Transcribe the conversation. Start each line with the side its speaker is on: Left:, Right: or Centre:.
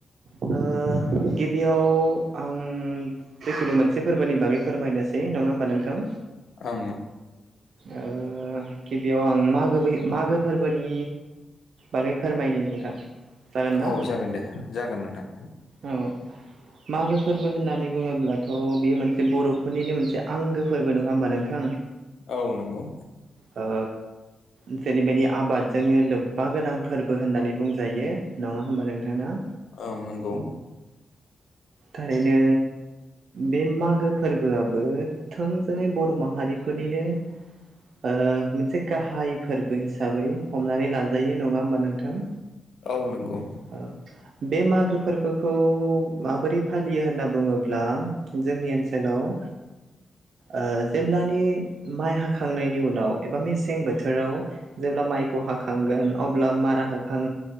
Right: ओ गिबि बेयाव आं जिखुनु मोनसे फोरबोनि बागै फोरमायनोसै, नङा होमबा नोंथां?
Left: ओं।
Right: ओ गिबियाव आं मागो मागो फोरबोनि बागै फोरमायनि नोंथां। जागोन ना?
Left: औ जागोन दे जागोन नोंथां।
Right: औ मागो फोरबो होननानै बुङोब्लाथ' बियो मोनसे बर'फोरनिनो मोनसे आंगो फोरबो नङा होमबा नोंथां?
Left: औ नंगौ।
Right: ओ जेरैबायदि आबादजोंनो लोब्बा गोनां फोरबो होननानै बुंजायो नङा होमबा नोंथां ना?
Left: ओं नंगौ।
Right: थारैनो बे मागो फोरबोआबो थोंजोङै बर' माहारिफोरनिनो ओ मोनसे गाहाय फोरबो हिसाबै हमनानै लाजायो नङा होमबा नोंथां?
Left: औ नंगौ।
Right: औ। बे मागो फोरबो खौ माबोरै फालियो होनना बुङोब्ला जोंनि ओनसोलाव ओ जेब्लानि माइ हाखांनायनि उनाव एबा मेसें बोथोराव जेब्ला माइखौ हाखांगोन अब्ला मारा होखां